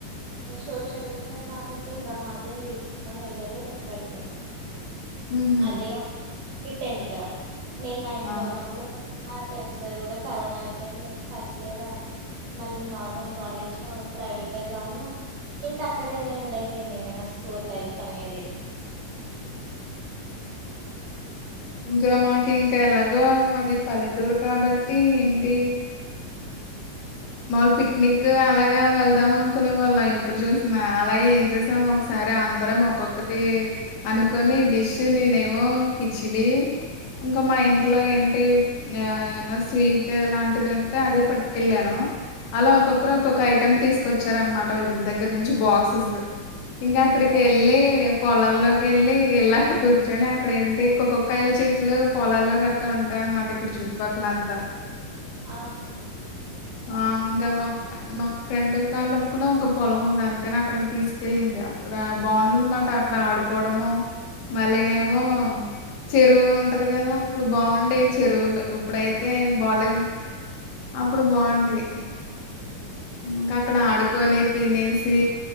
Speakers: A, on the right; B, on the left.
A: సోషల్ వెల్ఫేర్ కాబట్టి ఇంకా మారుతిని నుంచి తీసుకొని వెళ్ళలేదు ఎక్కడికి
B: ఉహు
A: అదే టెన్త్ నేను నైన్త్
B: ఆ
A: లో ఉన్నప్పుడు ఆ టెన్త్ కూడా కరోనా అయిపోయింది ఇంకా ఫస్ట్ ఇయర్ మళ్ళీ నార్మల్ కాలేజ్ లో ప్రైవేట్ లో జాయిన్ అవ్ ఇంకా అక్కడే ఎండ్ అయిపోయింది ఇంకా నా స్కూల్ లైఫ్ అనేది
B: ఇంకా మాకి ఎలాగో మాది పల్లెటూరు కాబట్టి ఏంటి మాములు పిక్నిక్ అలాగ వెళ్దాం అనుకునే వాళ్ళం ఎప్పుడు చూసిన అలాగే ఏం చేసామో సరే అందరం ఒక్కొక్కటి అనుకొని ఈ డిష్ నేనేమో కిచిడి ఇంకా మా
A: ఉమ్,
B: ఇంట్లో ఏంటి ఆ ఏమన్నా స్వీట్ అలాంటిది ఉంటే అది పట్టుకెళ్ళాను అలా ఒక్కొక్కరు
A: ఉమ్,
B: ఒక్కొక్క ఐటెమ్ తీసుకొచ్చారు అనమాట వాళ్ళ ఇంటి దగ్గర నుంచి బాక్సెస్ ఇంగా అక్కడికి
A: ఓకే
B: యేళ్ళి పొలాల్లోకి వెళ్ళి వెళ్ళి అక్కడ కూర్చొని అక్కడ ఏంటి కొక్కొక్కయాల చెట్లు పొలాల్లో కట్లా అ ఉంటాయి అనమాట ఇక్కడ చుట్టుపక్కలంతా
A: ఆహా
B: ఆ ఇంకా మా మా ఫ్రెండ్ వాళ్ళకి కూడా ఒక పొలం ఉంది అందుకని అక్కడికి తీసుకు కెళ్ళింది అక్కడ బాగుందన్నమాట అక్కడ ఆడుకోవడము మళ్ళనేమో
A: ఉమ్,
B: చెరువు ఉంటది కదా ఇప్పుడు బాగుండేయి చెరువులు ఇప్పుడయితే బాలేదు కాండి అప్పుడు బాగుండి
A: ఉమ్, ఉమ్.
B: ఇంకా అక్కడ ఆడుకని తినేసి